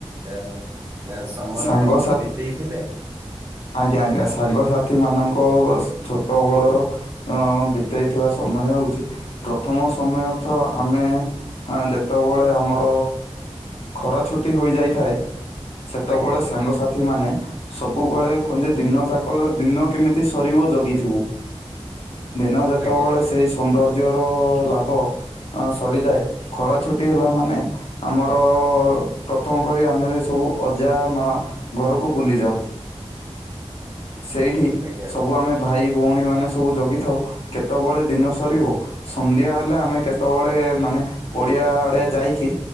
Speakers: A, on the right; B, on the left.
A: ଏଁ ଏ ସମୟ
B: ସାଙ୍ଗସାଥି
A: ବିତେଇଥିଲେ?
B: ଆଜ୍ଞା ଆଜ୍ଞା ସାଙ୍ଗସାଥି ମାନଙ୍କ ବାସ୍ ଛୋଟ ବେଳର ଅ ବିତେଇଥିବା ସ ସମୟ ହୋଉଚି ପ୍ରଥମ ସମୟ ତ ଆମେ ହାଁ ଯେତେବେଳେ ଆମର ଖରା ଛୁଟି ହୋଇଯାଇଥାଏ ସେତେବେଳେ
A: ଆଜ୍ଞା
B: ସାଙ୍ଗସାଥି ମାନେ ସବୁବେଳେ କହନ୍ତି ଦିନଯାଙ୍କ ଦିନ କେମିତି ସରିବ ଜଗିଥିବୁ। ଦିନ ଯେତେବେଳେ
A: ଆଜ୍ଞା ଆଜ୍ଞା
B: ସେଇ ସୌନ୍ଦର୍ଯ୍ୟ ର ଲାଭ ଅ ସରିଯାଏ ଖରା ଛୁଟି ହେଲା ମାନେ ଆମର ପ୍ରଥମ କରି ଆମେ ସେ ସବୁ ଅଜା ମା ଘରକୁ ବୁଲି ଯାଉ। ସେଇଠି
A: ଆଜ୍ଞା
B: ସବୁ ଆମେ ଭାଇ ଭୋଉଣୀ ମାନେ ସବୁ ଜଗିଥାଉ କେତୋବେଳେ ଦିନ ସରିବ ସନ୍ଧ୍ୟା ହେଲେ ଆମେ କେତୋବେଳେ ମାନେ ପଡି ହ୍ଯାଆଡେ ଯାଇକି